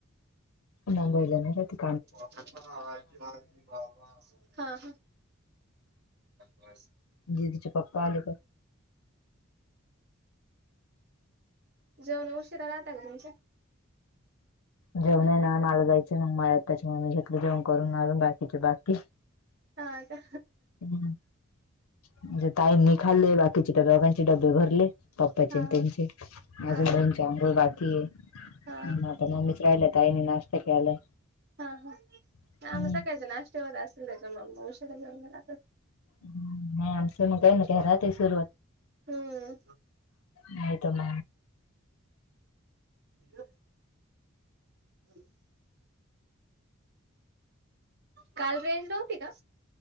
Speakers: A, on the left; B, on the right.
A: मुंबईला नाय रा
B: <unintelligible> हा हा. <unintelligible>
A: दीदीचे पप्पा आले का?
B: जेवण उशिरा राहता का तुमचं‌?
A: जेवण हाय ना, मला जायचंय मग मळ्यात त्याच्यामुळं मी घेतलं जेवण करून, बाकीचे बाकी
B: हा का?
A: हम म्हणजे ताईंनी खाल्लंय बाकीचे त्या दोघांचे डब्बे भरले. पप्पाचे
B: हा
A: अन त्यांचे,
B: हा हा
A: अजून
B: हा
A: मम्मीची अंघोळ बाकी आहे.
B: हा
A: म आता म्म्म राहिल्या, ताईने नाश्ता केलाय.
B: हा हा,
A: हम्म
B: नाय आम्ही सकाळच्या नाष्ट्यावर आज संध्याकाळी म उशिरा जेवण
A: हम् नाही आमचं मग काही ना काही राहतंय सुरु,
B: हम्म
A: नाहीत म
B: <unintelligible> <unintelligible> काल रेंज नव्हती का?